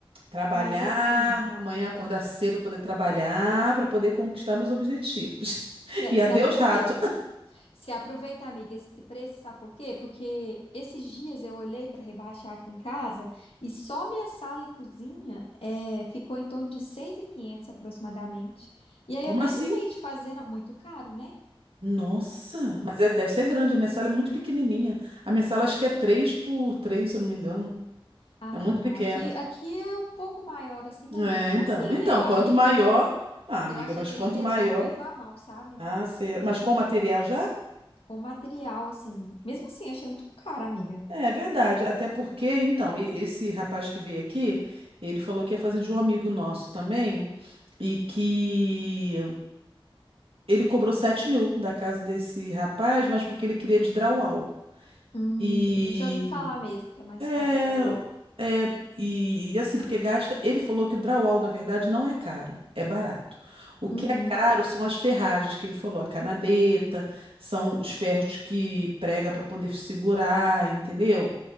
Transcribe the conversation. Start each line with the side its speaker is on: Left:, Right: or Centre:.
Right: Trabalhar,
Left: mas assim,
Right: amanhã acordar cedo para poder trabalhar, para poder conquistar meus objetivos. <laughs>
Left: se,
Right: E
Left: se
Right: adeus,
Left: aproveita.
Right: rato.
Left: Se aproveita, amiga, esse preço, sabe por quê? Porque esses dias eu olhei para rebaixar aqui em casa e só minha sala e cozinha é, ficou em torno de seis mil e quinhentos aproximadamente. E aí
Right: Como
Left: eu nem
Right: assim?
Left: animei de fazer, não. Muito caro, né?
Right: Nossa, mas é- deve ser grande. A minha sala é muito pequenininha. A minha sala acho que é 3 por 3 se eu não me engano.
Left: Ah,
Right: É muito
Left: não.
Right: pequena.
Left: Aqui, aqui é um pouco maior assim, mas
Right: É,
Left: mesmo
Right: então.
Left: assim,
Right: Então,
Left: né? Eu
Right: quanto
Left: achei
Right: maior.
Left: que
Right: Ah, amiga,
Left: eu achei
Right: mas
Left: que
Right: quanto
Left: ele pesou
Right: maior.
Left: muito a mão, sabe?
Right: Ah, será? Mas com material já?
Left: Com o material assim. Mesmo assim, eu achei muito caro, amiga.
Right: É, é verdade. Até porque, então, e- esse rapaz que veio aqui, ele falou que ia fazer de um amigo nosso também e que ele cobrou sete mil da casa desse rapaz, mas porque ele queria de drywall.
Left: Hum,
Right: E
Left: já ouvi falar mesmo que é mais
Right: é,
Left: caro o drywall.
Right: é, e assim, porque gasta. Ele falou que o drywall, na verdade, não é caro, é barato. O que
Left: Uhum.
Right: é caro são as ferragens que ele falou, a canaleta, são os ferros que prega para poder segurar, entendeu?